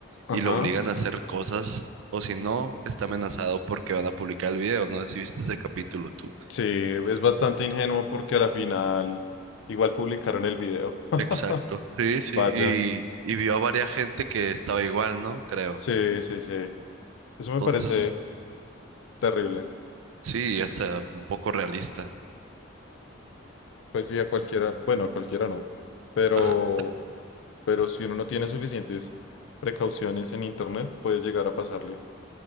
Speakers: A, on the left; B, on the right.
A: ajá.
B: y lo obligan a hacer cosas, o si no, está amenazado porque van a publicar el video, no sé si viste ese capítulo tú.
A: Sí, es bastante ingenuo porque a la final igual publicaron el video. <laughs>
B: Exacto, sí, sí,
A: Vaya.
B: y, y vio a varias gente que estaba igual, ¿no? Creo.
A: Sí, sí, sí. Eso me
B: Entonces,
A: parece terrible.
B: sí, hasta un poco realista.
A: Pues sí, a cualquiera, bueno, a cualquiera no, pero,
B: Ajá,
A: pero si uno no tiene suficientes precauciones en internet, puede llegar a pasarle.